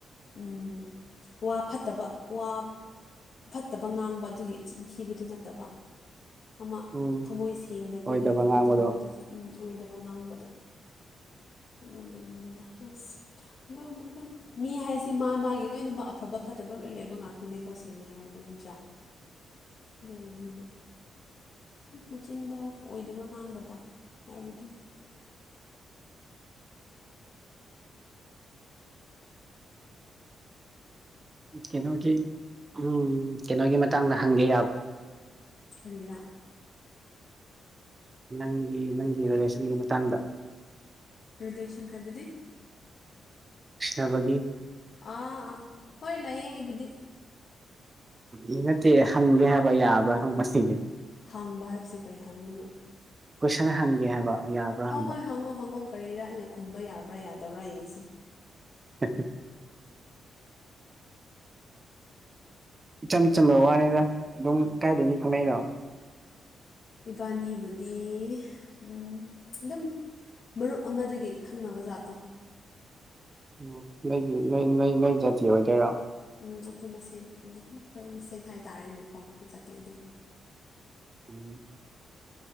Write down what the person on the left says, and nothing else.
ꯎꯝ ꯋꯥ ꯐꯠꯇꯕ ꯋꯥ ꯐꯠꯇꯕ ꯉꯥꯡꯕ ꯑꯗꯨꯒꯤ ꯆꯤꯟꯊꯤꯕꯗꯨ ꯅꯠꯇꯕ ꯑꯃ
ꯊꯃꯣꯏ ꯁꯦꯡꯗꯕꯒꯤ
ꯑꯗꯨꯝꯕꯗꯨꯁꯨ ꯑꯣꯏꯗꯕ ꯉꯥꯡꯕꯗꯣ ꯑꯗꯨ ꯃꯨꯗꯅ ꯑꯁ <unintelligible> ꯃꯤ ꯍꯥꯏꯁꯤ ꯃꯥ ꯃꯥꯒꯤ ꯂꯣꯏꯅꯃꯛ ꯑꯐꯕ ꯐꯠꯇꯕ ꯂꯣꯏ ꯂꯩꯕ ꯉꯥꯛꯇꯅꯤꯀꯣ ꯁꯤ ꯁꯦꯡꯅ ꯍꯥꯏꯔꯗꯤ ꯅꯠꯇ꯭ꯔꯥ ꯑꯗꯨ ꯑꯗꯨꯅ ꯃꯆꯤꯟꯗ ꯑꯣꯏꯗꯕ ꯉꯥꯡꯗꯕ ꯍꯥꯏꯕꯗꯨ ꯑꯗꯨꯝ
ꯌꯥ꯭ꯔꯥ ꯀꯔꯤꯔ
ꯔꯤꯂꯦꯁꯟ ꯍꯥꯏꯕꯗꯤ
ꯑꯥ ꯑꯥ ꯍꯣꯏ ꯂꯩꯌꯦ ꯑꯩꯕꯨꯗꯤ
ꯍꯥꯡꯕ ꯍꯥꯏꯕꯕꯁꯤꯦ ꯀꯩ ꯍꯪꯉꯤꯅꯣ
ꯍꯣꯏ
ꯍꯣꯏ ꯍꯪꯉꯣ ꯍꯪꯉꯣ ꯀꯔꯤꯔꯥ ꯑꯩꯅ ꯈꯨꯝꯕ ꯌꯥꯕ꯭ꯔꯥ ꯌꯥꯗꯕ꯭ꯔꯥ ꯌꯦꯡꯁꯦ
ꯏꯕꯥꯅꯤꯕꯨꯗꯤ ꯎꯝ ꯑꯦꯝ ꯃꯔꯨꯞ ꯑꯃꯗꯒꯤ ꯈꯪꯅꯕ ꯖꯥꯠꯇꯣ
ꯎ ꯑꯩꯈꯣꯏ ꯃꯁꯦꯟ ꯑꯩꯈꯣꯏ ꯑꯩꯈꯣꯏ ꯃꯁꯦꯟ ꯍꯥꯏꯇꯥꯔꯦꯅꯦꯀꯣ ꯑꯩꯈꯣꯏ ꯖꯥꯇꯤ ꯑꯗꯨꯝ